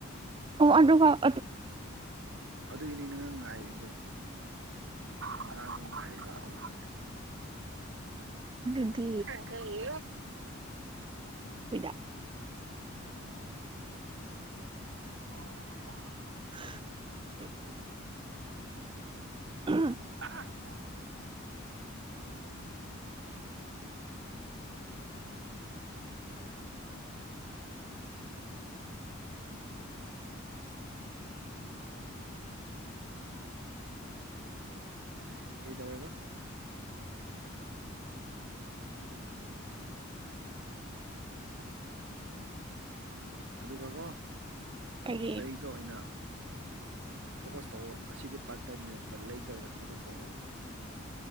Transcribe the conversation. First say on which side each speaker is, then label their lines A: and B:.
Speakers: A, on the right; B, on the right.
A: ꯑꯣ ꯑꯗꯨꯒ ꯑꯗꯨ
B: ꯑꯗꯨꯏ ꯒꯤꯅꯤ ꯉꯪ ꯉꯥꯏꯔꯤꯁꯦ ꯉꯔꯥꯡꯗꯩ ꯉꯥꯏꯔꯤꯕ ꯑꯇꯩ ꯅꯠꯇꯦ
A: ꯑꯗꯨꯗꯤ
B: ꯑꯗꯨꯗꯤ
A: ꯈꫭꯏꯗ
B: <inaudible>
A: <inaudible> <inaudible>
B: <inaudible> ꯎꯝ ꯀꯩ ꯇꯧꯋꯦꯍꯥꯏꯕ ꯑꯗꯨꯒ ꯀꯣ
A: ꯀꯔꯤ
B: ꯂꯩꯗ ꯑꯣꯏꯅ ꯐꯣꯀꯁ ꯇꯧꯋ ꯑꯁꯤꯗꯤ ꯄꯥꯔꯠ ꯇꯥꯏꯝꯅꯦ ꯕ ꯂꯩꯇ ꯑꯣꯏꯅ ꯐꯣꯀꯁ ꯇꯧꯋ